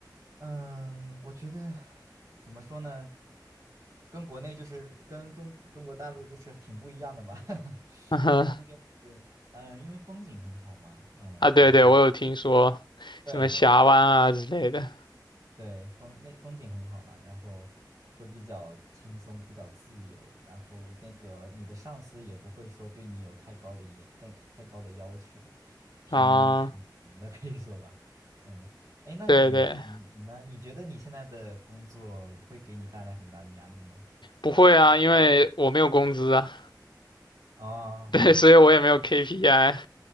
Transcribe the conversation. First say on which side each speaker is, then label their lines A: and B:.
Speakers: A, on the right (about 50°); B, on the left (about 85°).
A: 嗯，我觉得怎么说呢，跟国内就是跟中中国大陆就是挺不一样的吧。<laughs>
B: <laughs> 嗯哼
A: 它这边就是，嗯、因为风景很好嘛，嗯，
B: 啊，对对，
A: 然后
B: 我有听说什么峡湾啊之类的
A: 对对对。对，风那风景很好啦，然后会比较轻松，比较自由，然后那个你的上司也不会说对你有太高的严、太太高的要求，挺坦诚的可以说吧。
B: 啊，
A: 嗯，哎，那你你你呢？
B: 对对，
A: 你觉得你现在的工作会给你带来很大的压力吗？
B: 不会啊，因为我没有工资啊，
A: 啊
B: <laughs> 对，所以我也没有 KPI，